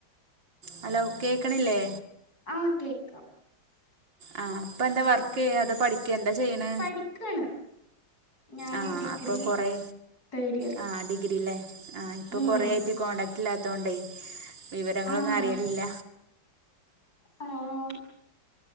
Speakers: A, on the right (about 65°); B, on the left (about 50°).
A: ഹലോ കേക്ക്ണില്ലേ.
B: ആഹ് കേക്കാം
A: ആഹ് ഇപ്പന്താ വർക്ക് ചെയ്യ അതൊ പഠിക്ക എന്താ ചെയ്യ്ണ്.
B: പഠിക്കാണ് ഞാന്
A: ആഹ്
B: ഡിഗ്രി
A: അപ്പൊ കൊറേ.
B: തേർഡ് ഇയർ
A: ആഹ് ഡിഗ്രില്ലെ. ആ ഇപ്പം
B: ഉം
A: കൊറേ ആയിട്ട് കോൺടാക്ട് ഇല്ലാത്തോണ്ടേ വിവരങ്ങളൊന്നും
B: ആഹ്
A: അറയിലില്ല.
B: ആഹ് ഓ